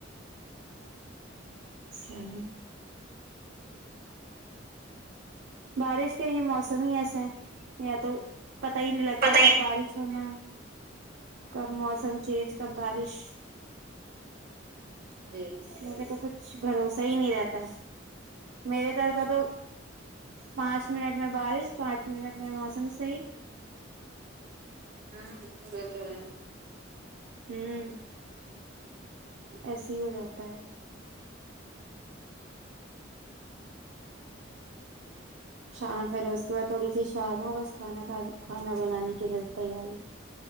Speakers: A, on the right (about 70°); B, on the right (about 50°).
A: اچھا بارش کے یہ موسم ہی ایسے ہیں یا تو پتہ ہی نہیں لگتا
B: پتہ
A: ہے
B: ہی
A: کب بارش ہونا ہے کب موسم چینج کب بارش
B: جی
A: میرے کو کچھ بھروسہ ہی نہیں رہتا ہے میرے دھر کا تو پانچ منٹ میں بارش پانچ منٹ میں موسم صحیح
B: ہاں <unintelligible>
A: ہوں ایسے ہی ہو جاتا ہے شام پھر اس کے بعد تھوڑی سی شام ہو بس کھانا کھ کھانا بنانے کی تیاری